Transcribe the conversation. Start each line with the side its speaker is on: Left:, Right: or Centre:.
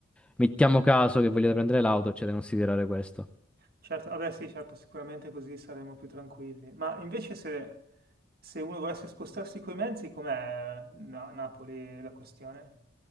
Centre: mettiamo caso che vogliate prendere l'auto, c'è da considerare questo.
Right: Certo, vabbè sì, certo, sicuramente così saremo più tranquilli. Ma invece se, se uno volesse spostarsi coi mezzi, com'è a Napoli la questione?